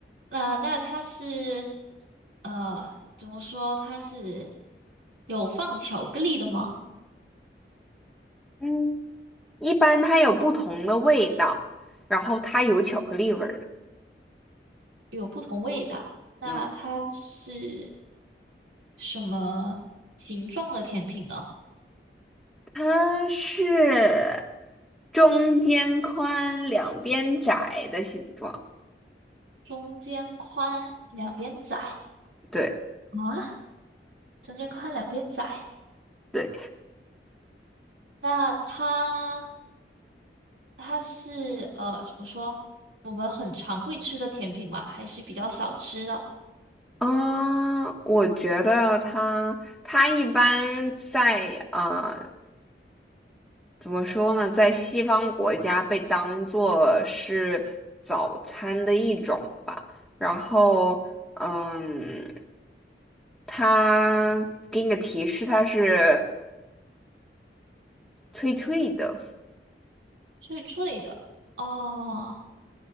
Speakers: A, on the right; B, in the centre.
A: 那那它是，呃，怎么说？它是有放巧克力的吗？
B: 嗯，一般它有不同的味道，然后它有巧克力味儿的。
A: 有不同味道。那它是
B: 嗯，
A: 什么形状的甜品呢？
B: 它是中间宽、两边窄的形状。
A: 中间宽，两边窄
B: 对
A: 啊？中间宽，两边窄。
B: 对，
A: 那它它是呃怎么说？我们很常会吃的甜品吗？还是比较少吃的？
B: 嗯，我觉得它它一般在啊。呃怎么说呢，在西方国家被当做是早餐的一种吧。然后，嗯，它给你个提示，它是脆脆的，
A: 脆脆的哦。